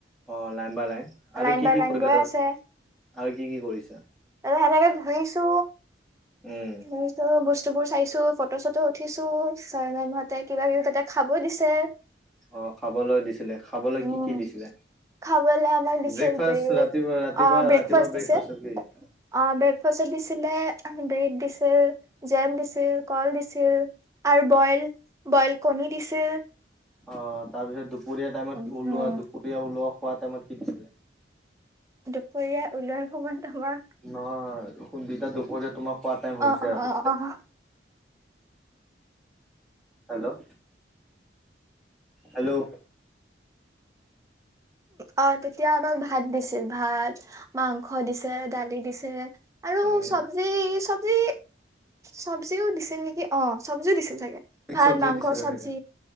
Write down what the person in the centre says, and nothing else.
অ লাইন বাই লাইন আৰু
কি
কি
কৰিলা
আৰু কি কি কৰিছা?
উম
অ খাবলৈ দিছিলে, খাবলৈ
কি কি দিছিলে?
ব্ৰেকফাষ্ট
ৰাতিপুৱা ৰাতিপুৱা
ৰাতিপুৱা ব্ৰেকফাষ্ট
অ', তাৰপিছত দুপৰীয়া টাইমত
ওলোৱা, দুপৰীয়া ওলোৱা খোৱা টাইমত কি দিছিলা?
নহয় সুন্দিটা দুপৰীয়া তোমাৰ খোৱা টাইম হৈছে
আৰু
হেল্ল'। হেল্ল'।
উম
মিক্স
চব্জি
দিছিলে
চাগে